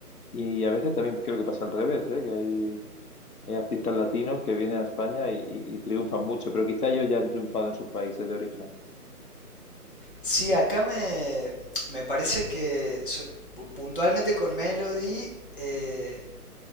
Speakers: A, on the left (about 70°); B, on the left (about 35°).
A: Y a veces también creo que pasa al revés, ¿eh? Que hay, hay artistas latinos que vienen a España y, y- y triunfan mucho, pero quizá ellos ya han triunfado en sus países de origen.
B: Sí, acá me, me parece que so- pu- puntualmente con Melody, eh,